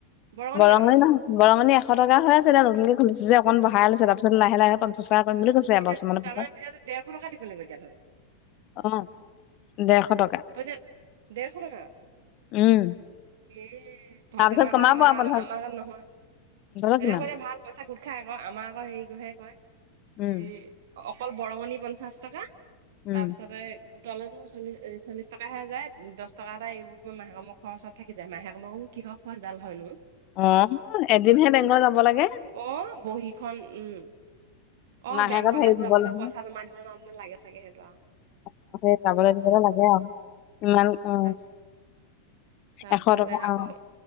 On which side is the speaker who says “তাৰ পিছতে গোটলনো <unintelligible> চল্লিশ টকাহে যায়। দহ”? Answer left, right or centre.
Right